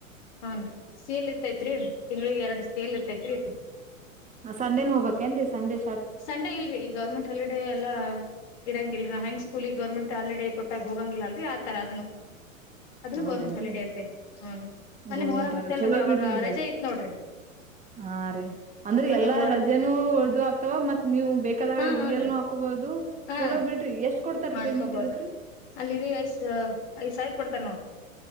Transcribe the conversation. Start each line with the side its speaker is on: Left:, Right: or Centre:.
Left: ಹೂನ್ ರೀ ಸೇಲ್ ಇರ್ತೈತ್ರಿ. ತಿಂಗಳಿಗ್ ಎರಡು ಸೇಲ್ ಇರ್ತತ್ರಿ
Right: ಹಾ ಸಂಡೇನೂ ಹೋಗ್ಬೇಕೇನ್ರೀ ಸಂಡೆ
Left: ಸಂಡೇ ಇಲ್ರಿ ಗೌರ್ಮೆಂಟ್ ಹಾಲಿಡೇ ಎಲ್ಲಾ ಇರಂಗಿಲ್ ನಾ ಹೆಂಗ್ ಸ್ಕೂಲಿಗ್ ಗೌರ್ಮೆಂಟ್ ಹಾಲಿಡೇ ಕೊಟ್ಟಾಗ ಹೋಗಂಗಿಲ್ಲ ಅಲ್ರಿ ಆತರ ಅದುನು. ಅದನ್ನ
Right: ಹೌದೇನ್ರಿ
Left: ಗೌರ್ಮೆಂಟ್ ಹಾಲಿಡೇ ಇರ್ತತ್ರೀ ಹ್ಮ ಮೊನ್ನೆ
Right: ಗೌರ್ಮೆಂಟ್
Left: ಮೋರಮ್
Right: ಅಲ್ಲ
Left: ಇತ್ತಲ್ರಿ
Right: ಚಲೋ
Left: ಅವಾಗ
Right: ಬಿಡ್ರಿ ನಿಮ್ದ
Left: ರಜೆ ಇತ್ ನೋಡ್ರಿ
Right: ಹಾ ರೀ ಅಂದ್ರೆ
Left: ಮೊನ್ನೆ
Right: ಎಲ್ಲಾ
Left: ಮೊಹರಂ
Right: ರಜೆನೂ ಉಳಿದ್ವ ಆಗ್ತವ ಮತ್ ನೀವು ಬೇಕಾದಾಗ
Left: ಹಾ ಹನ್ರಿ
Right: ಈ ಎಲ್ನೂ ಹಾಕೋಬಹುದು
Left: ಹಾ
Right: ಚೊಲೋ ಬಿಡ್ರಿ ಎಷ್ಟ್ ಕೊಡ್ತಾರೀ
Left: ಮಾಡ್ಕೋಬೋದು
Right: ಪೇಮೆಂಟ್ ಇದಕ್ರಿ?
Left: ಅಲ್ಲಿರಿ ಐಸ್ ಐದ್ ಸಾವಿರ ಕೊಡ್ತಾರ ನೋಡ್ರಿ.